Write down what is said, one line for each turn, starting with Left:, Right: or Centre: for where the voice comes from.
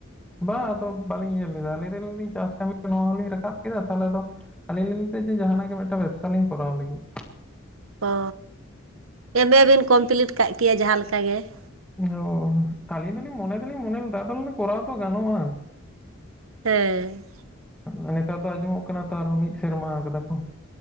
Centre: ᱵᱟᱝ ᱟᱫᱚ ᱵᱟᱹᱞᱤᱧ ᱤᱭᱟᱹ ᱞᱮᱫᱟ ᱞᱮᱭ ᱫᱟᱹᱞᱤᱧ ᱫᱚ ᱪᱟᱥ ᱠᱟᱹᱢᱤ ᱱᱚᱣᱟ ᱦᱚ ᱞᱤᱧ ᱨᱟᱠᱟᱵ ᱠᱮᱫᱟ ᱛᱟᱦᱚᱞᱮ ᱫᱚ ᱟᱹᱞᱤᱧ ᱞᱤᱧ ᱞᱟᱹᱭᱫᱟ ᱡᱮ ᱡᱟᱦᱟᱱᱟᱜ ᱜᱮ ᱢᱮᱫᱴᱟᱝ ᱵᱮᱵᱥᱟ ᱞᱤᱧ ᱠᱚᱨᱟᱣ ᱞᱟᱹᱜᱤᱫ᱾
Right: ᱚ ᱮᱢᱮ ᱵᱤᱱ ᱠᱚᱢᱯᱞᱤᱴ ᱠᱟᱜ ᱠᱮᱭᱟ ᱡᱟᱦᱟᱸ ᱞᱮᱠᱟ ᱜᱮ ᱾
Centre: ᱚ ᱟᱹᱞᱤᱧ ᱫᱚᱞᱤᱧ ᱢᱚᱱᱮ ᱫᱚᱞᱤᱧ ᱢᱚᱱᱮ ᱞᱮᱫᱟ ᱛᱟᱦᱚᱞᱮ ᱠᱚᱨᱟᱣ ᱛᱚ ᱜᱟᱱᱚᱜᱼᱟ᱾
Right: ᱦᱮᱸ
Centre: ᱮ ᱱᱮᱛᱟᱨ ᱫᱚ ᱟᱸᱡᱚᱢᱚᱜ ᱠᱟᱱᱟ ᱛᱚ ᱟᱨᱦᱚᱸ ᱢᱤᱫ ᱥᱮᱨᱢᱟ ᱠᱟᱫᱟ ᱠᱚ᱾